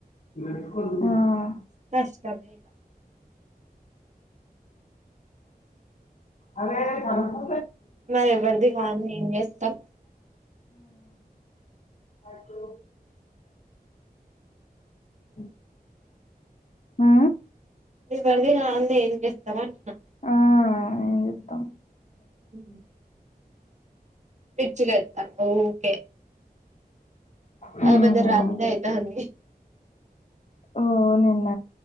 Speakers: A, on the left; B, on the right.
A: ఆ
B: కష్టమే
A: అరే పడుకో
B: మరి ఎవరిది వంది ఏం చేస్తాం
A: అప్పు <inaudible> ఆ
B: ఎవరిది కానిది ఏం చేస్తాం అంటున్నా
A: ఆ, ఏం చెప్తాం
B: ఉ పిచ్చి లేతంది ఊకె
A: లేస్తాను
B: ఆ బద రాందే అయితాంది
A: ఓ నిన్న